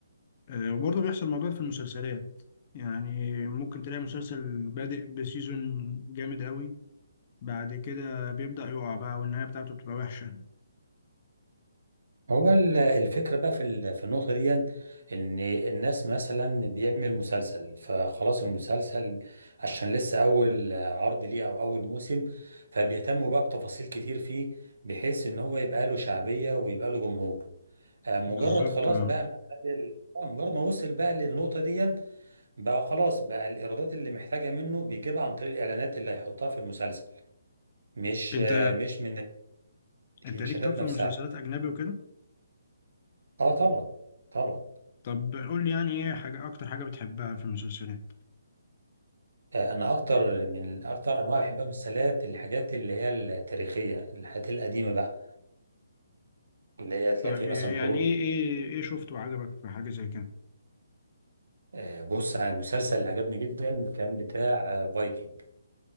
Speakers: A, on the left; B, on the right.
A: آه وبرضه بيحصل الموضوع ده في المسلسلات يعني ممكن تلاقي مسلسل بادئ بسيزون جامد قوي بعد كده بيبدأ يقع بقى والنهاية بتاعته بتبقى وحشة
B: هو ال- الفكره بقى في ال- في النقطه دي ان الناس مثلا بيعمل مسلسل فخلاص المسلسل عشان لسه اول عرض ليه او اول موسم فبيهتموا بقى بتفاصيل كتير فيه بحيث ان هو يبقى له شعبيه ويبقى له جمهور آه، مجرد
A: بالظبط
B: خلاص
A: اه
B: بقى ما خد ال- آه، مجرد ما وصل بقى للنقطه دي بقى خلاص بقى الايرادات اللي محتاجه منه بيجيبها عن طريق الاعلانات اللي هيحطها في المسلسل مش
A: انت
B: مش من
A: انت
B: المشاهدات
A: ليك طب في
B: نفسها
A: المسلسلات اجنبي وكده
B: اه طبعا طبعا
A: طب قول لي يعني ايه حاجة اكتر حاجة بتحبها في المسلسلات
B: آه، انا اكتر من اكتر انواع بحبها من السلات الحاجات اللي هي التاريخيه الحاجات القديمه بقى اللي هي تلاقي
A: طيب
B: فيه مثلا حروب
A: يعني ايه ايه ايه شفته عجبك في حاجة زي كده؟
B: آه، بص على المسلسل اللي عجبني جدا كان بتاع فايكنج